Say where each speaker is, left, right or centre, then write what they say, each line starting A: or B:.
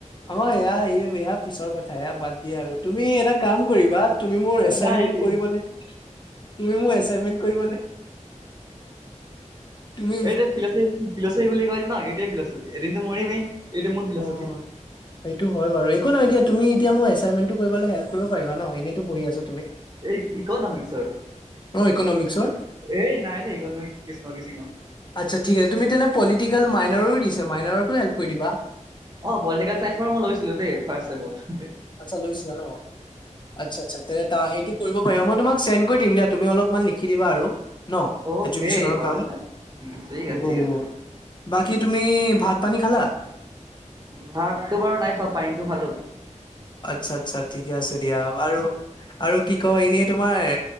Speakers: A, on the left (about 35°); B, on the right (about 30°).
A: অ সেয়া এই পিছৰ কথা বাদ দিয়া আৰু তুমি এটা কাম কৰিবা, তুমি মোৰ এ- তুমি
B: নাই এ
A: মোৰ এছাইন্মেন্ত কৰিবলে। তুমি
B: এতিয়া ফচ ফিলচফি বুলি কয়, যে ন এতিয় ফিলচফি এদিনতো মৰিমেই। এইটো মোৰ ফিলচফি
A: অ সেইটো হয় বাৰু। একো নহয় এ দিয়া তুমি এতিয়াই এছাইন্মেন্ত টো কৰিবলে হেল্প কৰিবা ন এনেইটো বহি আছো।
B: এই ইকনমিকছৰ।
A: অ ইকনমিক্সৰ
B: এই নাই দেই ইকনমিকচৰ কৃষ্ণ কৃষ্ণ।
A: আচ্ছা ঠিক আছে। তুমি তেনে পলিটিকেল মাইনৰো দিছে, মাইনৰতো হেল্প কৰি দিবা।
B: অ পলিটিকেল চাইন্ঞ্চ পৰা মই লৈছিলো দেই ফাৰ্ষ্ট ছেমত।
A: আচ্ছা লৈছিলা ন। আচ্ছা আচ্ছা তেনে সেইটো কৰিব- পাৰিবা। মই তোমাক চেণ্ড কৰি দিম দিয়া, তুমি অলপমান লিখি দিবা আৰু। ন
B: অ
A: এডুকেশ্যনৰ
B: সেই প্ৰব্লেম
A: কাম।
B: নাই উম ঠিক
A: হ'ব
B: আছে ঠিক
A: হ'ব
B: আছে উম
A: বাকী তুমি ভাত পানী খালা?
B: ভাততো বাৰু নাই খোৱা, পানীটো খালো।
A: আচ্ছা, আচ্ছা ঠিকে আছে দিয়া। আৰু আৰু কি কয় এনে তোমাৰ